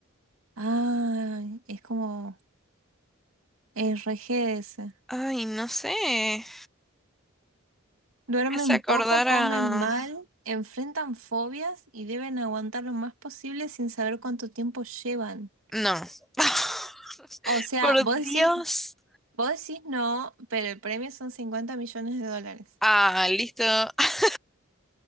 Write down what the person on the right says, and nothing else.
Ah, es como RG
Duermen
poco, comen
mal, enfrentan fobias y deben aguantar lo más posible sin saber cuánto tiempo llevan.
O sea,
vos decís,
vos decís no, pero el premio son 50 millones de dólares.